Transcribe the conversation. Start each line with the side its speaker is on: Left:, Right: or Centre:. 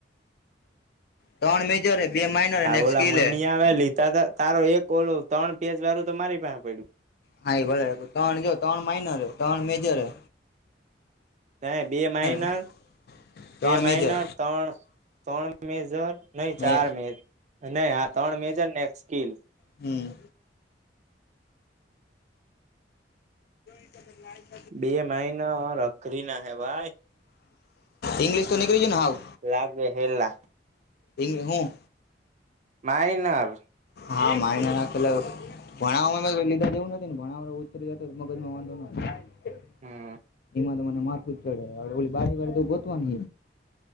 Left: ત્રણ મેજર બે માઇનર અને એક
Right: ઓલા
Left: સ્કીલ
Right: મની
Left: હે
Right: આવે લીધા તારો એક ઓલો ત્રણ પેજ વાળું તો મારી પાસે પડ્યુ
Left: હા, એ બો ત્રણ જો ત્રણ માઇનર હ ત્રણ મેજર હ
Right: ના બે માિનર
Left: હે ત્રણ
Right: બે મહિનર
Left: મેજર
Right: ત્રણ ત્રણ મેજર નહી
Left: ને
Right: ચાર મે નહી હા ત્રણ મેજર ને એક સ્કીલ
Left: હમ <unintelligible>
Right: બે માઈના રખરી ને આયા ભાઈ.
Left: ઇંગ્લિશ તો નીકળી ગયું ને હાવ.
Right: લાગે હેલ્લા.
Left: ઈ હું.
Right: માઇનર
Left: હા માય ના નાખલા ભણાવવામાં લીધા જેવું નથી ને ભણ ઉતરી જતા મગજ માં વાંધો ન નથી.
Right: હમ
Left: એમાં મને માથું જ ચડે ઓલી બારી બારી તો ગોતવા નહ